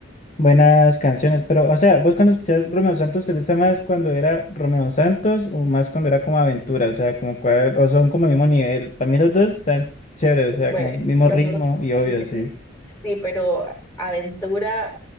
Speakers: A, on the left; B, on the left.
A: buenas canciones, pero o sea, vos cuando escuchás Romeo Santos, ¿te gusta más cuando era Romeo Santos o más cuando era como Aventura? O sea, como cuál, o son como el mismo nivel. Para mí los dos están chéveres, o sea,
B: Bueno,
A: como el mismo
B: los
A: ritmo
B: dos.
A: y obvio,
B: <laughs>
A: sí.
B: Sí, pero Aventura,